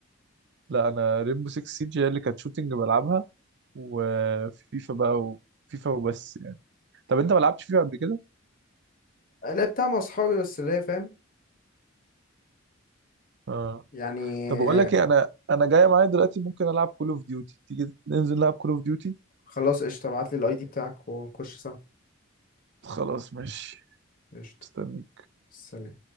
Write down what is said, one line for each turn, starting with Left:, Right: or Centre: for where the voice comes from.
Right: لا انا ريمبو 6 سيج هي اللي كانت شوتنج بلعبها وفيفا بقى وفيفا وبس يعني طب انت ما لعبتش فيفا قبل كده؟
Left: لعبتها مع أصحابي بس اللي هي فاهم
Right: اه
Left: يعني
Right: طب بقول لك ايه انا انا جايه معايا دلوقتي ممكن العب كول اوف ديوتي تيجي ننزل نلعب كول اوف ديوتي
Left: خلاص قشطة ابعتلي الأي دي بتاعك ونخش سوا
Right: خلاص ماشي
Left: قشطة
Right: استنى
Left: سلام